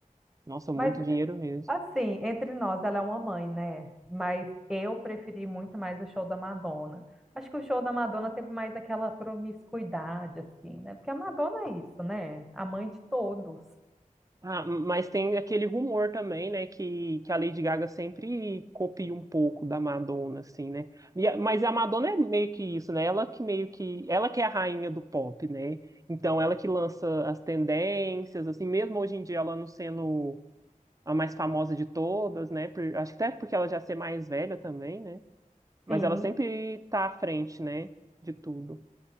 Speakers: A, on the right; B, in the centre.
A: Nossa, muito
B: Mas,
A: dinheiro mesmo.
B: assim, entre nós, ela é uma mãe, né? Mas eu preferi muito mais o show da Madonna. Acho que o show da Madonna teve mais aquela promiscuidade, assim, né? Porque a Madonna é isso, né? A mãe de todos.
A: Ah, mas tem aquele rumor também, né, que, que a Lady Gaga sempre copia um pouco da Madonna, assim, né? E a- mas a Madonna é meio que isso, né? Ela que meio que, ela que é a rainha do pop, né? Então ela que lança as tendências, assim, mesmo hoje em dia ela não sendo a mais famosa de todas, né? Por- acho que até porque ela já ser mais velha também, né? Mas
B: Sim,
A: ela sempre tá à frente, né, de tudo.